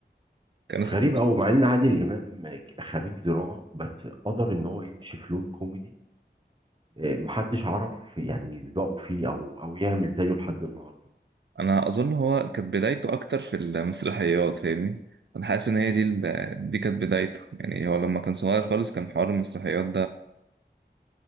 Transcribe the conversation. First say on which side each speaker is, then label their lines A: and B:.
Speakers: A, on the right; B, on the right.
A: كان
B: غريب
A: لسه
B: قوي مع ان عادل امام خريج زراعة بس قدر ان هو يمشي في لون كوميدي آه، محدش عرف يعني يسبقه فيه او او يعمل زيه لحد النهارده
A: أنا أظن هو كانت بدايته أكتر في المسرحيات فاهمني أنا حاسس إن هي دي ال- دي كانت بدايته يعني هو لما كان صغير خالص كان حوار المسرحيات